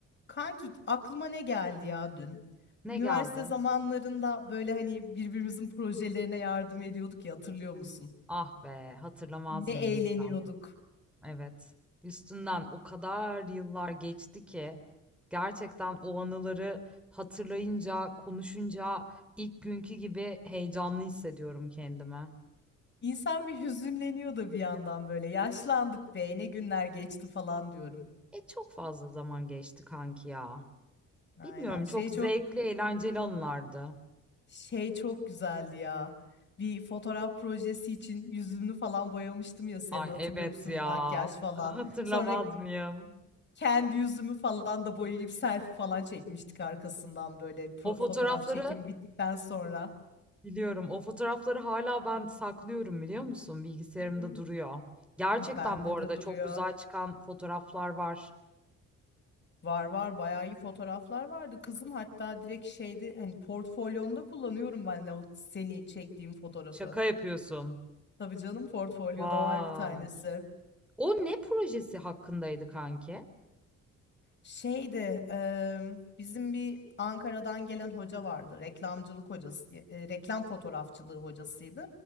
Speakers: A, on the left; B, in the centre.
A: Kanki aklıma ne geldi ya dün?
B: Ne
A: Üniversite
B: geldi?
A: zamanlarında böyle hani birbirimizin projelerine yardım ediyorduk ya hatırlıyor musun?
B: Ah be, hatırlamaz
A: Ne eğleniyorduk.
B: mıyım Gizem? Evet. Üstünden o kadar yıllar geçti ki gerçekten o anıları hatırlayınca, konuşunca ilk günkü gibi heyecanlı hissediyorum kendimi.
A: İnsan bir hüzünleniyor da bir yandan böyle yaşlandık be ne günler geçti falan diyorum.
B: E çok fazla zaman geçti kanki ya.
A: Aynen
B: Bilmiyorum
A: şey
B: çok zevkli,
A: çok
B: eğlenceli anılardı.
A: şey çok güzeldi ya. Bir fotoğraf projesi için yüzünü falan boyamıştım ya senin
B: Ay
A: hatırlıyor
B: evet
A: musun?
B: ya.
A: Makyaj falan.
B: Hatırlamaz
A: Sonra
B: mıyım?
A: Kendi yüzümü falan da boyayıp selfie falan çekmiştik arkasından böyle pro-
B: O fotoğrafları
A: fotoğraf çekim bittikten sonra.
B: Biliyorum. O fotoğrafları hala ben saklıyorum, biliyor musun? Bilgisayarımda
A: Hı.
B: duruyor. Gerçekten
A: Bende
B: bu arada
A: de duruyor.
B: çok güzel çıkan fotoğraflar var.
A: Var var bayağı iyi fotoğraflar vardı. Kızım hatta direkt şeydi hani portfolyomda kullanıyorum ben de o seni çektiğim fotoğrafı.
B: Şaka yapıyorsun.
A: Tabii canım portfolyoda
B: Vay!
A: var bir tanesi.
B: O ne projesi hakkındaydı kanki?
A: Şeyde bizim bir Ankara'dan gelen hoca vardı. Reklamcılık hocası, e, reklam fotoğrafçılığı hocasıydı.